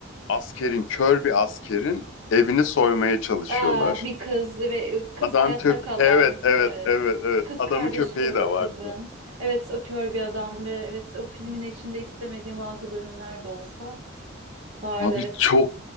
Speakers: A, on the left; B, on the right.
A: askerin, kör bir askerin evini soymaya çalışıyorlar.
B: Ah, bir kız ve kız
A: Adam
B: hayatta
A: köp...
B: kalan.
A: Evet, evet,
B: Evet.
A: evet, evet.
B: Kız
A: Adamın
B: kardeşi
A: köpeği
B: var
A: de
B: o
A: var.
B: kızın. Evet o kör bir adam ve evet o filmin içinde istemediğim bazı bölümler de olsa vardı.
A: Abi
B: Evet.
A: çok